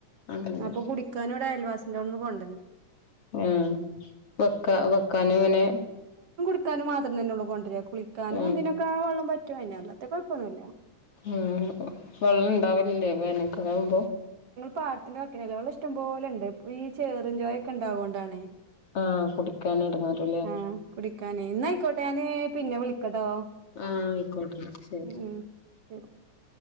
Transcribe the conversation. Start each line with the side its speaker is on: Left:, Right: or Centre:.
Left: അങ്ങനെ
Right: അപ്പൊ കുടിക്കാന ഇവിടെ അയൽവാസിന്റെ ഒും കൊണ്ടുവന്നോ
Left: ഉ വെക്കാ വെക്കാന ഇങ്ങനെ
Right: കുളിക്കാനും മാത്രം തന്നെള്ള കൊണ്ടരിക്ക കുളിക്കാനുംന്തിനൊക്കെ
Left: ആ
Right: ആ വെള്ള പറ്റോ അതിനെല്ലാത്ത കുഴപ്പൊന്നുമല്ല
Left: ഉ വെള്ളം ഇണ്ടാവില്ലേ വേനക്കറവുമ്പോ
Right: പാടത്തിനൊക്കെ നിലവള ഇഷ്ടം പോലുണ്ട് ഇപ്പൊ ഈ ചെറും ജോയൊക്കെ ഉണ്ടാവകുകൊണ്ടാണ്
Left: ആ കുടിക്കാൻ എടങ്ങേറല്ലേ
Right: ആ കുടിക്കാനേ ഇന്നയിക്കോട്ടെ ഞാന് പിന്നെ വിളിക്കട്ടോ
Left: ആഹ് ആയിക്കോട്ടന്നാ ശ
Right: ഉം <unintelligible>